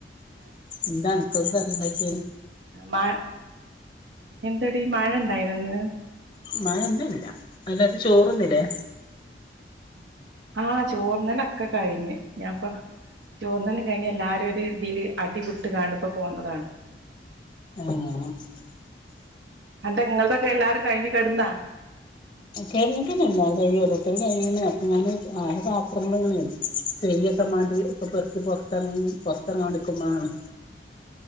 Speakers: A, on the left; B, on the right.
A: എന്താണപ്പ അറല്ലക്ക
B: മ എന്തടി മഴ ഇണ്ടായിനന്ന്
A: മന്നുംല്ല അതിനത്ത് ചോറൊന്നില്ലേ
B: ആഹ് ചോർന്നലൊക്കെ കഴിഞ്ഞ് ഞാപ്പൊ ചോന്നു കഴിഞ്ഞഞ് എല്ലാരും ഒരു ഇതിൽ അടിപട്ട് കണ്ടപ്പോ പോന്നതാണ്
A: ആഹ
B: അണ്ട ഇങ്ങളതൊക്കെ എല്ലാരും കഴിഞ്ഞ കിടന്നാ
A: കഞ്ഞിട്ടന്നാ കൈ ഓരോത്തക്ക് കഴ്യന്നേ അപ്പൊ ഞാന് ആ പാത്രങ്ങ ഇങ്ങനെ വു സ്ത്രൊക്കെ മാറ്റി ഒക്കെ പെറത്തി പുൊറത്തിറങ്ങി പുൊറത്തിറങ്ങാണ്ടിക്കുമ്പോഴാണ്